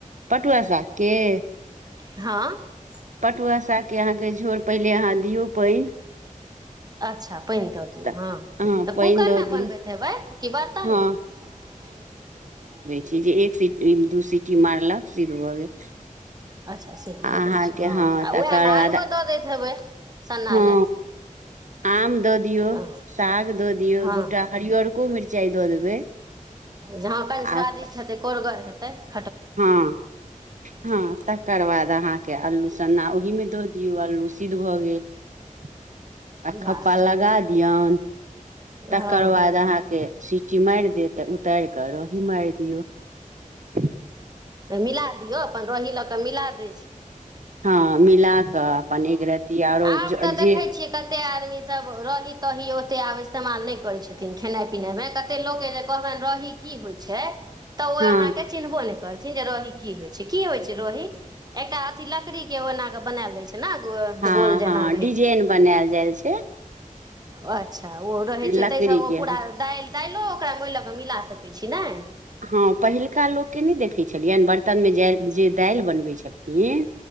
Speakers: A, on the right; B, on the right.
A: क आसा के। <unintelligible>
B: हँ। <unintelligible>
A: पटुआ सागके अहाँके झोर पहिले अहाँ दियौ पानि।
B: अच्छा। पाइन द दियो
A: तऽ हँ
B: तब
A: पानि
B: कूकर
A: दऽ
B: में बनबैत
A: दियौ
B: हेवेन की स्तन
A: हँ
B: में। <unintelligible>
A: ची जे एक। एक सीटी दू सीटी मारलक सीध भ गेल-
B: अच्छा सिद्ध भऽ
A: अहाँके
B: जाइ छै
A: हँ
B: आ
A: तकर
B: उएहमे आलुओ
A: बाद।
B: दऽ दैत हेबै सन्ना
A: हँ
B: लए
A: आम दऽ दियऔ
B: हँ
A: साग दऽ दियऔ
B: हँ
A: दूटा हरिरको मिर्चा। च द देबै। <unintelligible>
B: झा कनि स्वादिष्ट
A: आ
B: हेतै कोरगर हेतै। तऽ।
A: हँ -हँ तकर बाद। अहाँके अल्लू सन्ना ओहिमे दऽ दियौ अलू सिद्ध भऽ गेल। <unintelligible> आ
B: वाह
A: खप्पा लगा दियन। <inaudible> तकर
B: हँ
A: बाद अहाँके सिटी मारि दे तऽ उतारि कऽ रही मारि दियौ। <unintelligible>
B: तऽ मिला दियौ अपन रहोही लऽ कऽ मिला दै छै। <unintelligible>
A: हँ मिलाक। <unintelligible> तऽ अपन
B: हँ
A: एक रत्ती आरो
B: आब
A: -जे।
B: तऽ देखै छियै कतेक आदमीसभ रही -तही ओतेक आब इस्तेमाल नहि करैत छथिन खेनाइ पिनाइमे कतेक लोक जे कहबनि रही की होइत छै। तऽ ओ
A: हँ
B: अहाँके चिन्हबो नहि करत। जे रहोही की होइ छै की होइ छै रहही एकटा अथी लकड़ी। के एना कऽ बनाल ले छै। ने
A: हँ,
B: गोल जेना
A: हँ, डिजाइन बनायल जाइ छै।
B: ओ अच्छ अच्छ ओ रहै
A: लकड़ी
B: छै ताहिसँ ओ
A: के
B: पूरा दालि दालि ओकरा होईलक मिला सकै छी नहि।
A: हँ पहिलका लोकके नहि देखैत छलै। बर्तन मे जे -दालि बनबै छलखिन।